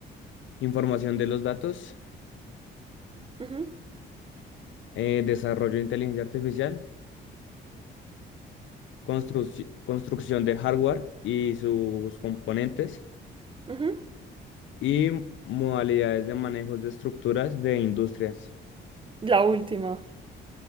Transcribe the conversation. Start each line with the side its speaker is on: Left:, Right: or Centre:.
Left: Información de los datos,
Right: Ujú,
Left: eh, desarrollo de inteligencia artificial, construc- construcción de hardware y sus componentes
Right: ujú.
Left: y modalidades de manejo de estructuras de industrias.
Right: La última.